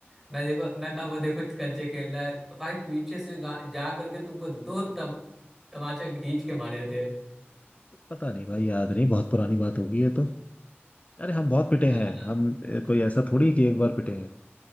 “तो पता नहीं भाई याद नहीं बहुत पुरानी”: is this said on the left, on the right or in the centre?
Left